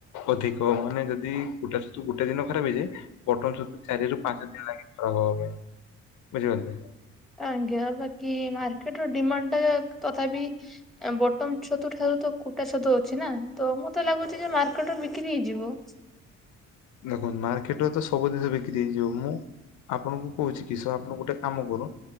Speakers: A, on the left; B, in the centre.
A: ଅଧିକ ମାନେ ଯଦି କୁଟା ଛତୁ ଗୋଟେ ଦିନ ଖରାପ ହେଇଯାଏ ବଟନ ଛତୁ ଚାରିରୁ ପାଞ୍ଚ ଦିନ ଲାଗେ ଖରାପ ହବା ପାଇଁ ବୁଝିପାରଲ।
B: ଆଜ୍ଞା ବାକି ମାର୍କେଟର ଡିମାଣ୍ଡଟା ତଥାପି ଏ ବଟମ ଛତୁଠାରୁ ତ କୁ କୁଟା ଛତୁ ଅଛି ନା ତ ମତେ ଲାଗୁଚି ଯେ ମାର୍କେଟରେ ବିକ୍ରି ହେଇଯିବ।
A: ଦେଖନ୍ତୁ ମାର୍କେଟରେ ତ ସବୁ ଜିନିଷ ବିକ୍ରି ହେଇଯିବ ମୁଁ ଆପଣଙ୍କୁ କୋହୁଚି କିଶ ଆପଣ ଗୋଟେ କାମ କର